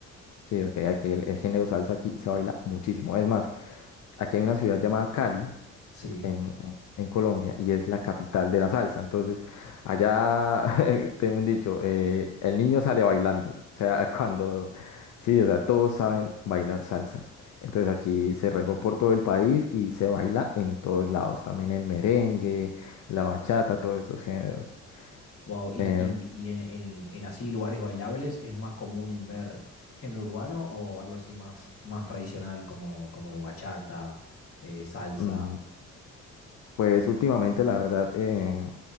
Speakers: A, on the left (about 70°); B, on the left (about 50°).
A: Sí, ok, aquí el, el género salsa aquí se baila muchísimo. Es más, aquí hay una ciudad llamada Cali
B: Sí.
A: en, en- en Colombia y es la capital de la salsa. Entonces, allá <laughs> tengo un dicho, eh, el niño sale bailando. O sea, <laughs> cuando, sí, o sea, todos saben bailar salsa. Entonces aquí se regó por todo el país y se baila en todos lados. También el merengue, la bachata, todos estos géneros.
B: Wow, y,
A: Eh,
B: y- y en, en- en así lugares bailables es más común ver género urbano o algo así más, más tradicional como, como bachata, eh, salsa.
A: mm, pues últimamente, la verdad, eh,